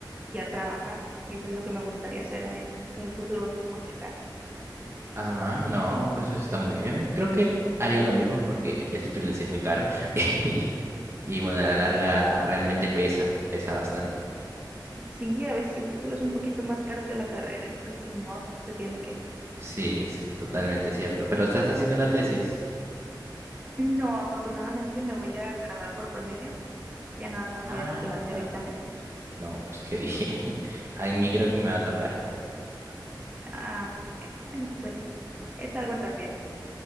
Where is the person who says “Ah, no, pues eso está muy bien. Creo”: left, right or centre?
Right